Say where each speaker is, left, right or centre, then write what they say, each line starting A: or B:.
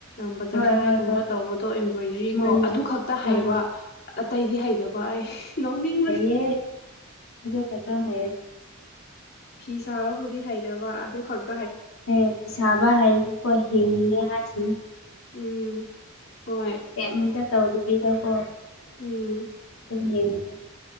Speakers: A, on the left; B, on the left.
A: ꯕꯇꯔꯐ꯭ꯂꯥꯏꯒꯨꯝꯕ
B: ꯍꯣꯏ ꯍꯣꯏ ꯍꯣꯏ ꯍꯣꯏ
A: ꯇꯧꯕꯗꯣ ꯑꯦꯝꯝꯕ꯭ꯔꯣꯏꯗ꯭ꯔꯤ
B: ꯃꯥꯅꯦ
A: ꯀꯣ ꯑꯗꯨ ꯈꯛꯇ ꯍꯩꯕ
B: ꯃꯥꯅꯦ
A: ꯑꯇꯩꯗꯤ ꯍꯩꯇꯕ ꯅꯣꯅꯤꯡ
B: ꯌꯦꯗꯣ ꯄꯇꯥ ꯍꯥꯏ
A: ꯐꯤ ꯁꯥꯕꯕꯨꯗꯤ ꯍꯩꯗꯕ ꯑꯗꯨ ꯈꯪꯗ
B: ꯍ ꯄꯤꯁꯥꯕ ꯍꯥꯏ ꯀꯣꯏ ꯍ ꯍꯥꯏꯁꯤ
A: ꯎꯝ ꯍꯣꯏ
B: ꯎꯝ ꯀꯇ ꯇꯧꯗꯕꯤꯗꯀꯣ ꯑꯗꯨꯝ
A: ꯎꯝ
B: ꯌꯦꯡꯉꯒ